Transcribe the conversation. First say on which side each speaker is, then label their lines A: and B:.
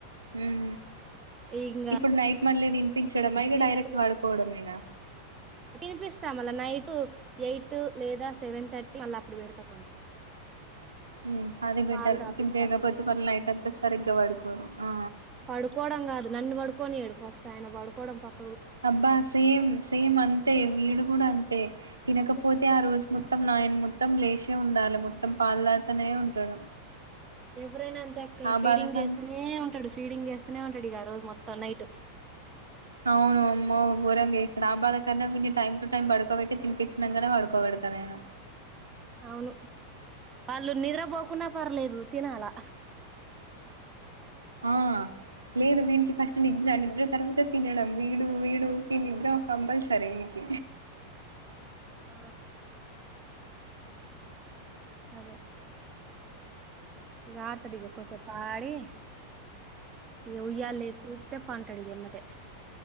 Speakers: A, on the right (about 75°); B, on the right (about 25°).
A: హ్మ్ఇప్పుడు
B: ఇంగా
A: నైట్ మళ్ళీ తినిపించడం ఇగ
B: తిన్నడుగా
A: డైరెక్ట్ పొడుకోవడమేనా
B: తినిపిస్తా మళ్ళ నైటు ఎయిట్ లేదా సెవెన్ థర్టీ మళ్ళ అప్పుడు పెడతా కొంచెం
A: హ్మ్ అది బెటర్
B: పాలు తాపిస్తా
A: తినిపీయకపోతే
B: కొన్ని
A: మళ్ళీ నైట్ అంతా సరిగ్గా పడుకోరు ఆ
B: పడుకోవడం కాదు నన్ను పడుకొనీయడు ఫస్ట్ ఆయన పడుకోవడం పక్క
A: అబ్బా సేమ్ సేమ్ అం అంతే వీడు కూడా అంతే తినకపోతే ఆ రోజు మొత్తం నాయన మొత్తం లేచే ఉండాలి. మొ తంతనే ఉంటాడు
B: ఎవరైనా అంతేఅక్క
A: ఆ
B: ఫీడింగ్
A: బాధ కన్
B: చేస్తనే ఉంటాడు ఫీడింగ్ చేస్తనే ఉంటాడు ఇగ రోజు మొత్తం నైటు
A: అవును అమ్మో ఘోరం గా ఏడస్తాడు ఆ బాధ కన్నా వీడిని టైమ్ టు టైమ్ పడు ఒక్క పెట్టి తినిపించినకనే పొడుకోబెడతా నేను
B: అవును వాళ్ళు నిద్రపోకున్నా పర్లేదు తినాలా
A: ఆ లేదు వీనికి ఫస్ట్ నిద్ర నిద్ర తర్వాతే తినడం వీడు వీడికి నిద్ర కంపల్సరీ అయిద్ది
B: ఆ అదే ఇక ఆడతడు ఇక కూసేపు ఆడి ఇక ఉయ్యాల్లో ఏసి ఊపితే పన్ కుంటడు ఎమ్మటే